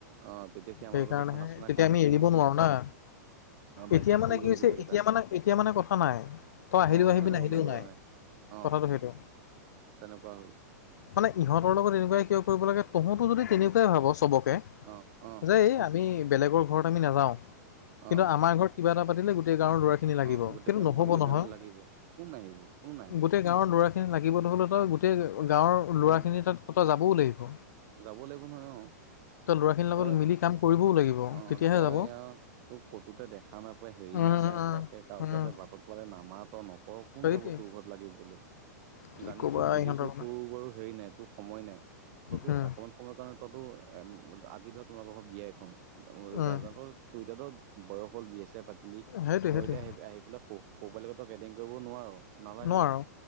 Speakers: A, on the right; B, on the left.
A: অ তেতিয়া সি আমাৰ
B: সেইকাৰণেহে
A: লগতে খানা - চানা
B: তেতিয়া
A: খাই
B: আমি
A: থাকে
B: এৰিব
A: ন
B: নোৱাৰো
A: তেতিয়া,
B: না।
A: অ বাইদেউত
B: এতিয়া মানে
A: পৰি
B: কি
A: গ'লো
B: হৈছে
A: গোটেই কেইটা।
B: এতিয়া মানে এতিয়া মানে কথা নাই। তই আহিলেও
A: অ'
B: আহিবি নাহিলেও
A: নগলোৱা
B: নাই।
A: অ'
B: কথাটো সেইটো।
A: তেনেকুৱা হ'ল।
B: মানে ইহতৰ লগত এনেকুৱাই কিয় কৰিব লাগে, তহতো যদি তেনেকুৱাই ভাব চবক পে
A: অ' অ'
B: যে এই আমি বেলেগৰ ঘৰত আমি নাযাওঁ কিন্তু
A: অ'
B: আমাৰ ঘৰত কিবা এটা পাতিলে গোটেই গাঁৱৰ ল'ৰাখিনি লাগিব
A: অ' গোটেই
B: সেইটো নহ'ব
A: গোটেই গাঁওখন
B: নহয়।
A: লাগিব কোন আহিব কোন নাহে
B: গোটেই গাঁৱৰ ল'ৰাখিনি লাগিবলৈ হ'লে তই গোটেই গাঁৱৰ
A: উম।
B: ল'ৰাখিনি তাত ত যাবও লাগিব।
A: যাব লাগিব নহয় অ।
B: তই ল'ৰাখিনিৰ লগত
A: তই
B: মিলি কাম কৰিবও লাগিব
A: অ
B: তেতিয়াহে
A: তই
B: যাব
A: ইয়াততো কতোতে দেখা না পই হেৰি
B: উম
A: নাপায়
B: উম
A: কাওকে কাওকে
B: উম
A: তই বাটত পালে নামাত, নকৰ, কোন
B: সেইটোৱে
A: যাব তোৰ ঘৰত লাগিবলৈ?
B: কি
A: জানিছোঁ
B: ক'বা
A: বুজিছোঁ
B: ইহঁতৰ কথা
A: তোৰ বাৰু হেৰি নাই তোৰ সময় নাই ততো
B: উম
A: অকণ সময়ৰ কাৰণে ত'তো আজি ধৰ তোমালোকৰ ঘৰত বিয়া এখন
B: উম
A: গাজাৰতো তই এতিয়াতো বয়স হ'ল বিয়া চিয়া পাতিলি
B: সেইটোৱে
A: তই
B: সেইটোৱে
A: এতিয়া আহি আহি পেলাই স সৰু পোৱালিহতক এডিং কৰিব নোৱাৰ নালাগেও।
B: নোৱাৰো